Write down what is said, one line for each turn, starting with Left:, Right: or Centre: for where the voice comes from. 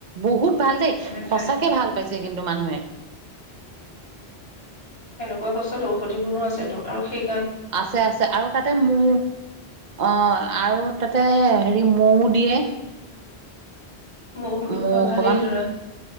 Right: বহুত। ভাল দেই
Left: মানে খাই
Right: সঁচাকে ভাল পাইছে কিন্তু মানুহে।
Left: কোৱা গছত ঔষধি গুণো আছেতো আৰু সেই
Right: আছে আছে আৰু তাতে মোৰ অ আৰু তাতে হেৰি। মৌ দিয়ে।
Left: বহুতোতো
Right: মৌ
Left: খোৱা ভালেই
Right: অকমান
Left: ধৰা